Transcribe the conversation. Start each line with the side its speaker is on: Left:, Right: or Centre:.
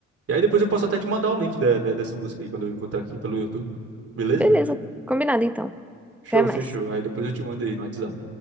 Right: E aí depois eu posso até te mandar o link da, da- dessa música aí, quando eu encontrar aqui pelo YouTube. Beleza?
Centre: Beleza, combinado então.
Right: Show,
Centre: Até mais.
Right: fechou. Aí depois eu te mando aí no WhatsApp.